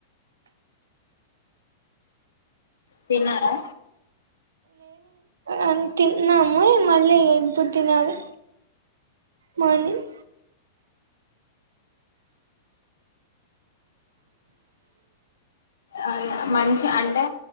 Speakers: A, on the left (about 75°); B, on the right (about 70°).
A: తిన్నారా
B: అ తిన్నాము మళ్లి ఇప్పుడు తినాలి మార్నింగ్
A: అ మంచి అంటే